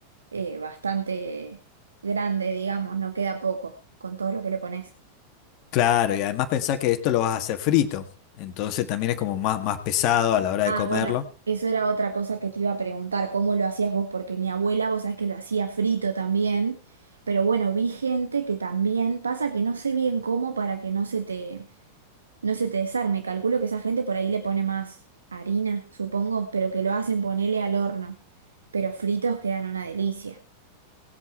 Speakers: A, on the right; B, on the left.
A: eh, bastante grande, digamos, no queda poco con todo lo que le pones.
B: claro, y además pensás que esto lo vas a hacer frito, entonces también es como más, más pesado a la hora
A: Ah,
B: de comerlo.
A: bueno, eso era otra cosa que te iba a preguntar, ¿cómo lo hacías vos? Porque mi abuela, vos sabés que lo hacía frito también, pero bueno, vi gente que también, pasa que no sé bien cómo para que no se te, no se te desarme, calculo que esa gente por ahí le pone más harina, supongo, pero que lo hacen ponerle al horno, pero fritos quedan una delicia.